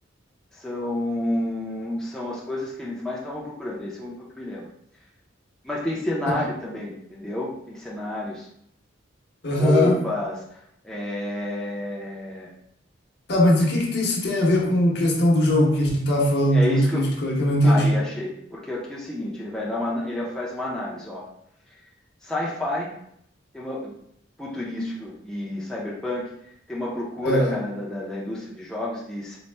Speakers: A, in the centre; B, on the left.
A: são, são as coisas que eles mais estavam procurando. Esse é o único que me lembro. Mas tem cenário
B: Tá,
A: também, entendeu? Tem cenários, roupas.
B: aham.
A: É,
B: Tá, mas o que que isso tem a ver com a questão do jogo que a gente tava falando
A: é
B: de
A: isso
B: múltipla
A: que eu.
B: escolha que eu não entendi?
A: Aí achei. Porque aqui é o seguinte: ele vai dar uma. Ele faz uma análise, ó. Sci-fi tem uma futurístico e cyberpunk, tem uma procura,
B: Ah,
A: cara, da, da, da indústria de jogos de